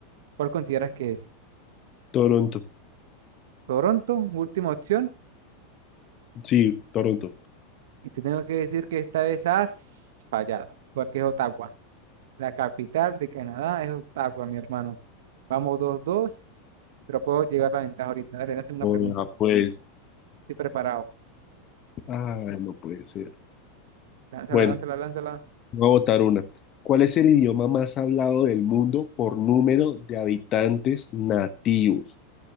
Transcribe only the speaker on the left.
Toronto.
Sí, Toronto.
Hola,
pues.
Ah, no puede ser.
Bueno,
Voy a votar una. ¿Cuál es el idioma más hablado del mundo por número de habitantes nativos?